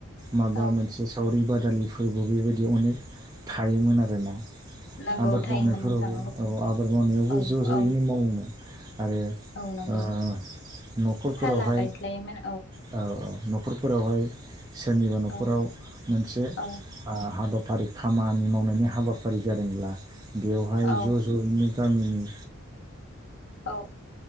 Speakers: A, on the right; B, on the left.
A: माबा
B: औ
A: मोनसे सावरि बादालि दालिफोरबो बेबायदि अनेक थायोमोन आरोना।
B: नांगौ
A: आबाद
B: थायोमोन
A: मावनायफोरावबो
B: नोंथां
A: औ आबाद मावनायावबो
B: औ
A: ज- जयैनो
B: औ
A: मावोमोन। आरो
B: औ नंगौ
A: ओ-नखरफोरावहाय
B: फाला गायस्लायोमोन
A: औ औ नखर फोरावहाय सोरनिबा नखराव
B: औ
A: मोनसे
B: औ
A: ओ हाबाफारि खामानि मावनायनि हाबाफारि जादोंब्ला बेवहाय
B: औ
A: ज जयैनो गामिनि
B: औ